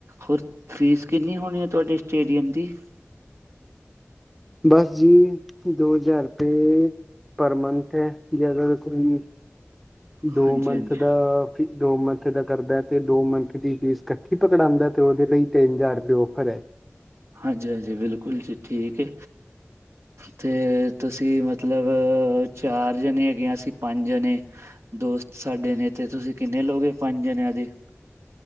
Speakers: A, on the right; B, in the centre.
A: ਹੋਰ ਫੀਸ ਕਿੰਨੀ ਹੋਣੀ ਐ, ਤੁਹਾਡੇ ਸਟੇਡੀਅਮ ਦੀ?
B: ਬਸ ਜੀ ਦੋ ਹਜ਼ਾਰ। ਤੇ ਪਰ ਮੰਥ ਐ ਜੇ ਅਗਰ ਕੋਈ। ਦੋ
A: ਹਾਂਜੀ
B: ਮੰਥ
A: ਹਾਂਜੀ
B: ਦਾ ਫੇਰ ਦੋ ਮੰਥ ਦਾ ਕਰਦਾ ਤੇ ਦੋ ਮੰਥ ਦੀ ਫੀਸ ਕੱ ਪਕੜਾਦਾ ਤੇ ਉਹਦੇ ਤੇ ਈ ਤਿੰਨ ਚਾਰ ਤੇ ਔਫਰ ਐ।
A: ਹਾਂਜੀ ਹਾਂਜੀ ਬਿਲਕੁਲ ਜੀ ਠੀਕ ਐ। ਤੇ ਤੁਸੀਂ ਮਤਲਬ ਚਾਰ ਜਣੇ ਹੈਗੇ ਆ ਅਸੀ ਪੰਜ ਜਣੇ। ਦੋਸਤ ਸਾਡੇ ਨੇ ਤੇ ਤੁਸੀਂ ਕਿੰਨੇ ਲੋਗੇ ਪੰਜ ਜਣਿਆਂ ਦੀ।